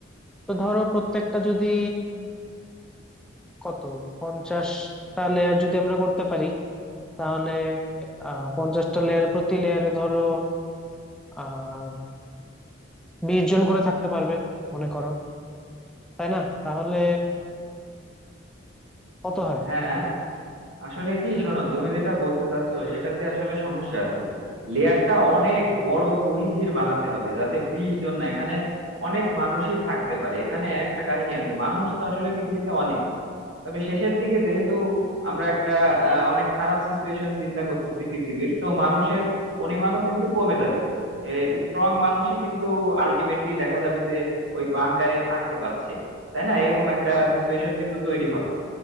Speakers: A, in the centre; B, on the right (about 75°).
A: তো ধরো প্রত্যেকটা যদি কত পঞ্চাশটা লেয়ার যদি আমরা করতে পারি তাহলে আহ পঞ্চাশটা লেয়ারে প্রতি লেয়ারে ধরো আহ বিশ জন করে থাকতে পারবে মনে করো তাই না তাহলে কত হয়
B: হ্যাঁ আসলে কি শোনো তুমি যেটা বলতে চাচ্ছো সেটাতে আসলে সমস্যা আছে লেয়ারটা অনেক বড় পরিধির বানাতে হবে যাতে বিশ জন না এখানে অনেক মানুষই থাকতে পারে এখানে একটা কাহিনী আছে মানুষ তো আসলে পৃথিবীতে অনেক তবে শেষের দিকে যেহেতু আমরা একটা আহ, অনেক খারাপ সিচুয়েশন চিন্তা করতেছি পৃথিবীর তো মানুষের পরিমাণও কিন্তু কমে যাবে স্ট্রং মানুষই কিন্তু আলটিমেটলি দেখা যাবে যে ওই বাংকারে থাকতে পারছে তাই না এরকম একটা সিচুয়েশন কিন্তু তৈরি হবে